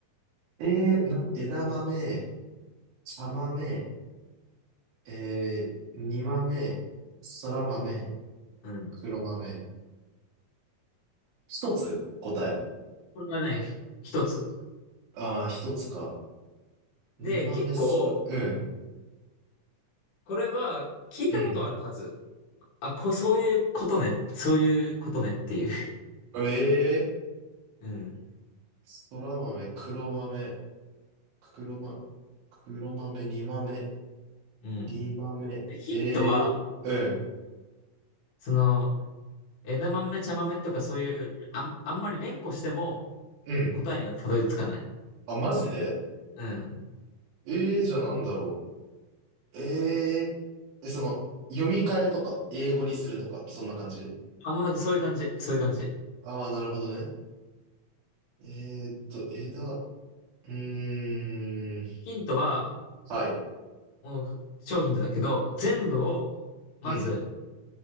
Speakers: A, on the right (about 80°); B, on the left (about 65°).
A: えー、な、枝豆、茶豆、えー、煮豆、空豆、
B: うん。
A: 黒豆。一つ答えは。
B: これがね、ひ一つ。
A: ああ、一つか。煮豆、
B: で、結構、
A: 空、うん、
B: これは聞いたことあるはず。
A: うん。
B: あ、こう、そういうことね。そういうことねっていう。
A: ええ
B: <laughs> うん。
A: ー、空豆、黒豆、黒ま、黒豆、煮豆、
B: うん。
A: 煮豆、
B: で、ヒントは、
A: ええー、
B: その、枝豆、茶豆とかそういう、あん、あんまり連呼しても答えにはたどり着かない。
A: うん、うん。あ、マジで
B: うん。
A: ええー、じゃあなんだろう。えええ、その、読み替えとか、英語にするとか、そんな感じ
B: あ、もうなんかそういう感じ。そういう感じ。
A: ああー、なるほどね。えーっと、枝、うーん、
B: ヒントは、
A: はい、
B: もう、商品だけど、全部を、まず、
A: うん。